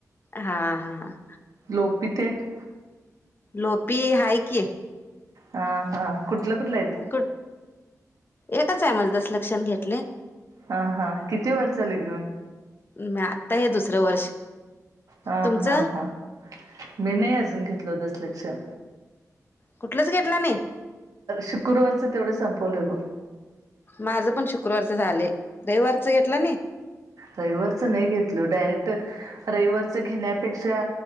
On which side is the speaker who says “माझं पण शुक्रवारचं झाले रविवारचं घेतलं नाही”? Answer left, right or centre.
Left